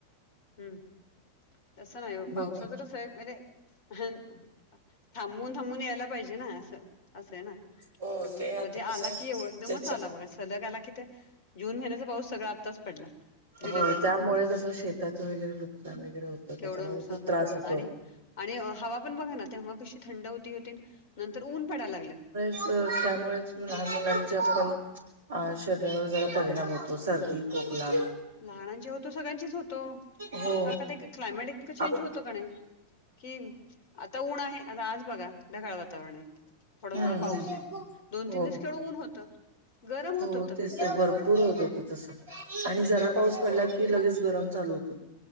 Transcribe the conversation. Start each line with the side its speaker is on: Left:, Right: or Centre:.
Left: हम्म. तसं नाही ओ पावसाचं
Right: बघ
Left: कस आहे म्हणजे? हं, थांबून थांबून यायला पाहिजे ना असं असं ना
Right: हो
Left: तर
Right: ते आता
Left: मध्ये
Right: कसं
Left: आला
Right: आहे
Left: की एव एकदमच
Right: त्याच्या
Left: आला बघा. सलग आला कि ते, जून महिन्याचा पाऊस सगळा आत्ताच पडला. जुलैमध्ये
Right: हो त्यामुळे कसं शेताचं वगैरे नुकसान वगैरे होतं
Left: केवढं
Right: त्याच्यामुळे
Left: नुकसान
Right: खूप
Left: झालं
Right: त्रास
Left: बघा
Right: होतो.
Left: ना आणि आणि हवा पण बघा ना तेव्हा कशी थंड होतीन होती नंतर ऊन पडायला लागलय.
Right: च त्यामुळेच लहान मुलांच्या पण आ शरीरावर जरा परिणाम होतो, सर्दी खोकला
Left: लहानांच्या होतो, सगळ्यांचेच होतो
Right: हो
Left: कारण का ते क्लायमेट कि चेंज
Right: आप
Left: होतो का नाही? कि आता ऊन आहे आता आज बघा, ढगाळ वातावरण आहे. थोडा
Right: हम्म
Left: थोडा पाऊस आहे, दोन
Right: हो
Left: तीन दिवस केवड ऊन होत, गरम होत
Right: हो
Left: होत.
Right: तेच भरपूर होत होत तस आणि जरा पाऊस पडला की लगेच गरम चालू होतं.